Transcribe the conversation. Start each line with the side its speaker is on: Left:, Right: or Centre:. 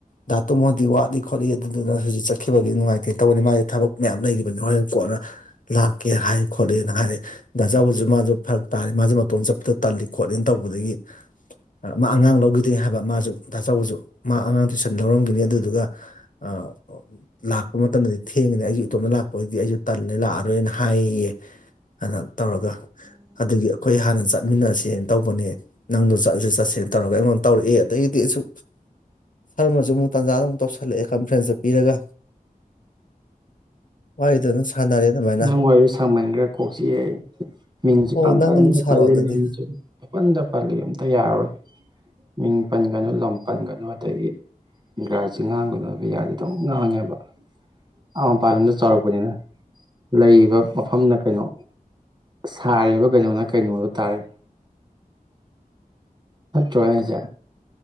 Left: ꯗ ꯇꯣꯃꯣꯗꯤ ꯋꯥꯠꯂꯤ ꯈꯣꯠꯂꯤ ꯑꯗꯨꯗꯨꯅ ꯍꯧꯖꯤꯛ ꯆꯠꯈꯤꯔꯣꯏꯒꯦ ꯅꯨꯡꯉꯥꯏꯇꯦ ꯇꯧꯕꯅꯤ ꯃꯥꯗꯤ ꯊꯕꯛ ꯃꯌꯥꯝ ꯂꯩꯔꯤꯕꯅꯤ ꯍꯣꯔꯦꯟ ꯀꯣꯟꯅ ꯂꯥꯛꯀꯦ ꯍꯥꯏ ꯈꯣꯠꯂꯦꯅ ꯍꯥꯏꯔꯛ ꯗꯥꯆꯥꯎꯕꯁꯨ ꯃꯥꯁꯨ ꯐꯔꯛ ꯇꯥꯔꯦ ꯃꯥꯖꯨ ꯃꯇꯣꯝ ꯆꯠꯄꯗꯣ ꯇꯜꯂꯤ ꯈꯣꯠꯂꯤꯅ ꯇꯧꯕꯗꯒꯤ ꯃꯥ ꯑꯉꯥꯡ ꯂꯧꯈꯤꯗꯤ ꯍꯥꯏꯕ ꯃꯥꯁꯨ ꯗꯥ ꯆꯥꯎꯕꯁꯨ ꯃꯥ ꯑꯉꯥꯡ ꯇꯨꯏꯁꯟ ꯂꯧꯔꯝꯈꯤꯅꯤ ꯑꯗꯨꯗꯨꯒ ꯑꯥ ꯑꯣ ꯂꯥꯛꯄ ꯃꯇꯝꯗꯗꯤ ꯊꯦꯡꯉꯤꯗꯅ ꯑꯩꯖꯨ ꯏꯇꯣꯝꯗ ꯂꯥꯛꯄꯑꯣꯏꯗꯤ ꯑꯩꯁꯨ ꯇꯜꯂꯦ ꯂꯥꯛꯑꯔꯣꯏꯅ ꯍꯥꯏꯌꯦꯌꯦ ꯇꯧꯔꯒ ꯑꯗꯨꯒꯤ ꯑꯩꯈꯣꯏ ꯍꯥꯟꯅ ꯆꯠ ꯆꯠꯃꯤꯟꯅꯁꯦꯅ ꯇꯧꯕꯅꯦ ꯅꯪꯗꯣ ꯆꯠꯂꯁꯦ ꯆꯠꯁꯦꯅ ꯇꯧꯔꯒ ꯑꯩꯉꯣꯟ ꯇꯧꯔꯛꯑꯦ ꯑꯗꯩꯗꯤ ꯑꯁꯨ ꯁꯔꯃꯁꯨ ꯑꯃꯨꯛ ꯇꯟꯖꯥꯗꯨꯗ ꯑꯃꯨꯛ ꯇꯧꯁꯜꯂꯛꯑꯦ ꯀꯟꯐ꯭ꯔꯦꯟꯁꯇꯣ ꯄꯤꯔꯒ ꯋꯥꯔꯤꯗꯣ ꯑꯗꯨꯝ ꯁꯥꯟꯅꯔꯦ ꯑꯗꯨꯃꯥꯏꯅ
Right: ꯅꯪ ꯋꯥꯔꯤ ꯁꯥꯡꯃꯟꯒ꯭ꯔꯦ ꯀꯣꯛ ꯆꯤꯛꯑꯦ ꯑꯩ ꯃꯤꯡꯁꯨ
Left: ꯑꯣ
Right: ꯄꯪꯄꯟꯗ
Left: ꯅꯪ ꯑꯃꯨꯛ ꯁꯥꯔꯛꯑꯣ
Right: ꯄꯜꯂꯦ
Left: ꯑꯗꯨꯗꯤ
Right: ꯂꯝꯁꯨ ꯄꯪꯄꯟꯗ ꯄꯜꯂꯦ ꯑꯝꯇ ꯌꯥꯔꯣꯏ ꯃꯤꯡ ꯄꯟꯒꯅꯨ ꯂꯝ ꯄꯟꯒꯅꯨ ꯑꯗꯒꯤ ꯒ꯭ꯔꯥꯁꯨ ꯉꯥꯡꯒꯅꯣꯕ ꯌꯥꯗꯦ ꯑꯗꯨꯝ ꯉꯥꯡꯉꯦꯕ ꯑꯥ ꯃꯄꯥꯟ ꯂꯝꯗ ꯆꯥꯎꯔꯛꯄꯅꯤꯅ ꯂꯩꯔꯤꯕ ꯃꯐꯝꯅ ꯀꯩꯅꯣ ꯁꯥꯔꯤꯕ ꯀꯩꯅꯣꯅ ꯀꯩꯅꯣꯗ ꯇꯥꯔꯦ ꯅꯠꯇ꯭ꯔꯣ ꯑꯩꯍꯥꯏꯁꯦ